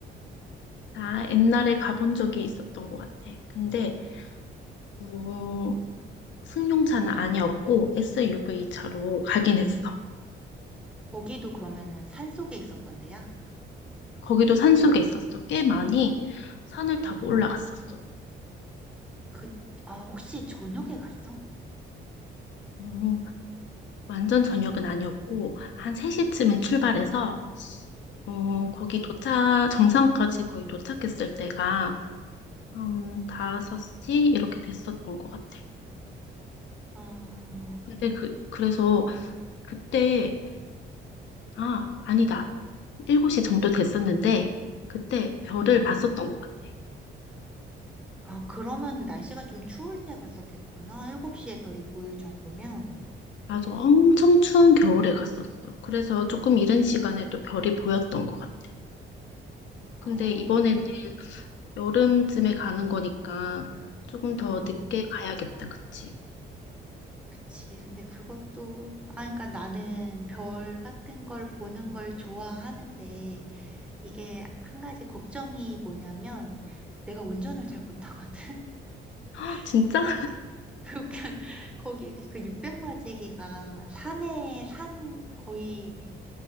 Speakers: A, on the left; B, in the centre.
A: 나 옛날에 가본 적이 있었던 것 같아. 근데, 음, 승용차는 아니었고, SUV 차로 가긴 했어.
B: 거기도 그러면은 산속에 있었던데야?
A: 거기도 산속에 있었어. 꽤 많이 산을 타고
B: 응.
A: 올라갔었어.
B: 그, 아, 혹시 저녁에 갔어?
A: 음, 완전 저녁은 아니었고, 한 3시쯤에 출발해서, 어,
B: 응.
A: 거기 도착, 정상까지 거의 도착했을 때가 한 5시 이렇게 됐었던 것 같아.
B: 아,
A: 근데 그, 그래서 그때, 아, 아니다. 7시 정도 됐었는데, 그때 별을
B: 응.
A: 봤었던 것 같아.
B: 아, 그러면 날씨가 좀 추울 때 갔었겠구나. 7시에 별이 보일 정도면.
A: 맞아. 엄청 추운 겨울에 갔었어. 그래서 조금 이른 시간에 또 별이 보였던 것 같아.
B: 아,
A: 근데 이번엔 여름쯤에 가는 거니까 조금 더
B: 응.
A: 늦게 가야겠다. 그치?
B: 그치. 근데 그것도, 아, 그러니까 나는 별 같은 걸 보는 걸 좋아하는데, 이게 한 가지 걱정이 뭐냐면, 내가 운전을 잘 못하거든? <laughs>
A: 아, 진짜?
B: 근데 그, 그, 거기 그 육백마지기가 산에, 산 거의